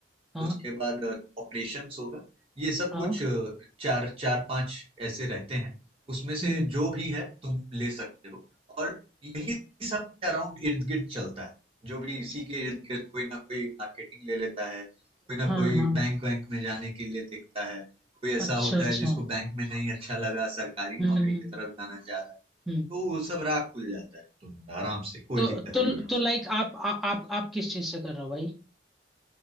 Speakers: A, in the centre; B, on the right (about 30°).
A: हाँ
B: उसके बाद ऑपरेशंस होगा ये सब
A: हाँ
B: कुछ अ, चार चार पांच ऐसे रहते हैं उसमें
A: हम्म
B: से जो भी है तुम ले सकते हो और यही सब के अराउंड इर्द गिर्द चलता है जो भी इसी के इर्द गिर्द कोई ना कोई मार्केटिंग ले लेता है कोई ना
A: हाँ
B: कोई
A: हाँ
B: बैंक वैंक में जाने के लिए देखता है कोई ऐसा
A: अच्छा
B: होता
A: अच्छा
B: है जिसको बैंक में नहीं अच्छा लगा सरकारी
A: हम्म
B: नौकरी
A: हम्म
B: की तरफ जाना चाह रहा है
A: हम्म।
B: तो वो सब राह खुल जाता है तुम्हारा आराम से कोई
A: तो
B: दिक्कत
A: तो
B: नहीं है
A: तो
B: उसमें
A: लाइक आप आ, आप आप किस चीज से कर रहे हो भाई